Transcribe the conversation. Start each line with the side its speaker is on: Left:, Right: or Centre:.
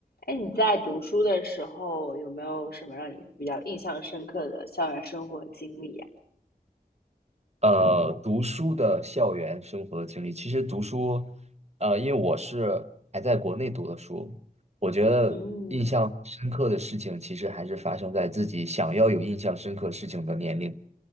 Left: 哎，你在读书的时候有没有什么让你比较印象深刻的校园生活经历呀？
Right: 呃，读书的校园生活的经历，其实读书，呃，因为我是还在国内读的书，我觉得印象深刻的事情，
Left: 嗯
Right: 其实还是发生在自己想要有印象深刻事情的年龄。